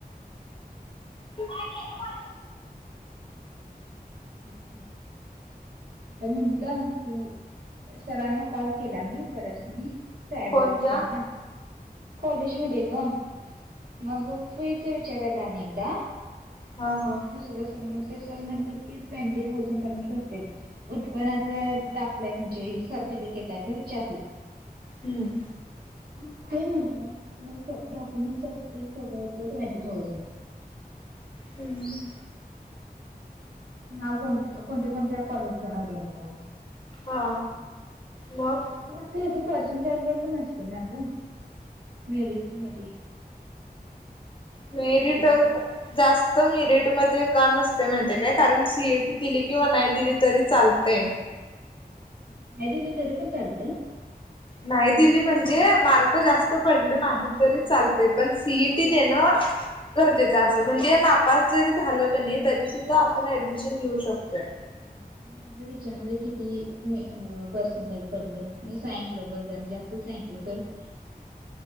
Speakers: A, on the left (about 30°); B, on the right (about 70°).
A: नाही केला मा
B: अच्छा. आता म्हटलं की सरांना कॉल केला मी परतनी काय
A: कोणत्या
B: बछ ना. <unintelligible> कॉलेज मध्ये ग मग फीच विचारायला अ एकदा
A: हा हा.
B: दु स सर म्हण की ट्वेंटी थाउजंडर्यंत बस उत्पन्नाचे दाखलाय म्हणजे सर्टिफिकेट आहे का विचारले.
A: हम्म.
B: मग ते म्हटलं डॉक्युमेंट अस सगळे ट्वेंटी थाउजंड पर्यंत
A: हम.
B: नाव कोणते कोणत्या कोणत्या कॉलेजच नाव देणारा
A: ह मग
B: पण आपलं इथ पर्सेंटेज वर प नसतं ना ग. मिरीट मधी.
A: <unintelligible>
B: माहिती किती
A: जास्त मीरिट मध्ये का नसते माहिती काय कारण सीएटी दिली किंवा नाही दिली तरी चालते.
B: नाही दिली तरी पण चालतंय?
A: नाही दिली म्हणजे मार्क जास्त पडले नाही तरी चालते पण सीईटी देणं. गरजेचं
B: इम्पॉर्टंट
A: असत म्हणजे
B: आहे.
A: या नापास जरी झालं क नाही तरी सुद्धा आपण ऍडमिशन घेऊ शकतोय.
B: हम. मला विचारले किती मी पर्सेनटल पडले मी सांकलं ब जर जास्त सांकलं सर ह.